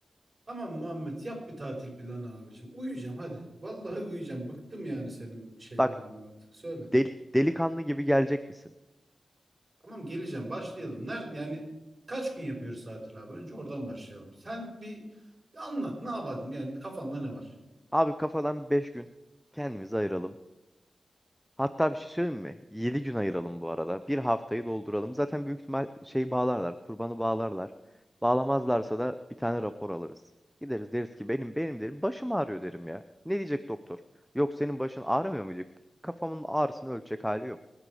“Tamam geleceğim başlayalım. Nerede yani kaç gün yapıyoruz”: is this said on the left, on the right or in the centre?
Right